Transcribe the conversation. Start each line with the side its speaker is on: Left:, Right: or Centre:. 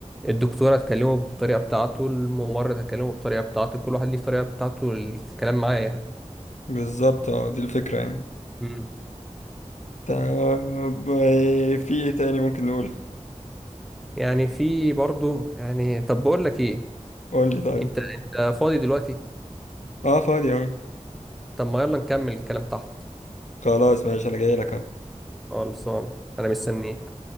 Centre: الدكتورة هتكلمه بالطريقة بتاعته الممرض هتكلمه بالطريقة بتاعته كل واحد ليه طريقة بتاعته للكلام معاه يعني
Left: بالظبط اه دي الفكرة يعني
Centre: امم.
Left: طب آه، في ايه تاني ممكن نقوله
Centre: يعني في برضه يعني طب بقول لك ايه
Left: قول لي طيب
Centre: انت انت فاضي دلوقتي
Left: اه فاضي اه
Centre: طب ما يلا نكمل الكلام تحت
Left: خلاص ماشي انا جاي لك اهو.
Centre: اه خلصان انا مستنيك